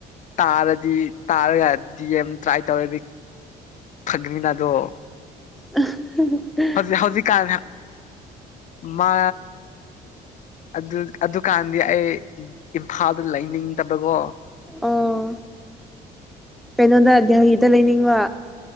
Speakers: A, on the left; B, in the centre.
A: ꯇꯥꯔꯗꯤ ꯇꯥꯔꯒ ꯗꯤ ꯑꯦꯝ ꯇ꯭ꯔꯥꯏ ꯇꯧꯔꯗꯤ ꯐꯛꯅꯤꯅꯗꯣ
B: ꯑ <unintelligible>
A: ꯍꯧꯖꯤꯛ ꯍꯧꯖꯤꯛꯀꯥꯟ ꯃꯥ ꯑꯗꯨ ꯑꯗꯨꯀꯥꯟꯗꯤ ꯑꯩ ꯏꯝꯐꯥꯜꯗ ꯂꯩꯅꯤꯡꯗꯕꯀꯣ
B: ꯑꯣ ꯀꯩꯅꯣꯗ ꯗꯦꯜꯍꯤꯗ ꯂꯩꯅꯤꯡꯕ